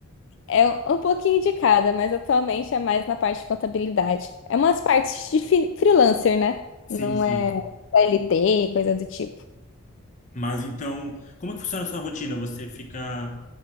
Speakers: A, on the left; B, on the left.
A: É um pouquinho de cada, mas atualmente é mais na parte de contabilidade. É umas partes de fi- freelancer, né? Não
B: Sim, sim.
A: é LT, coisa do tipo.
B: Mas então, como é que funciona a sua rotina? Você fica